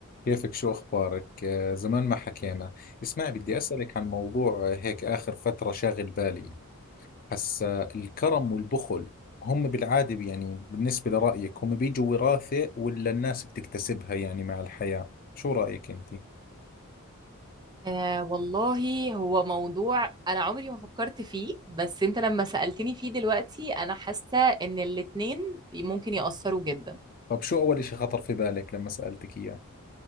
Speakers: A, on the left (about 40°); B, on the right (about 20°).
A: كيفك شو أخبارك؟ آه، زمان ما حكينا اسمعي بدي أسألك عن موضوع آه، هيك آخر فترة شاغل بالي هسا الكرم والبخل هم بالعادة يعني بالنسبة لرأيك هم بيجوا وراثة ولا الناس بتكتسبها يعني مع الحياة؟ شو رأيك أنت؟
B: آه والله هو موضوع أنا عمري ما فكرت فيه بس أنت لما سألتني فيه دلوقتي أنا حاسة إن الاتنين ممكن يأثروا جدا
A: طب شو أول إشي خطر في بالك لما سألتك إياه؟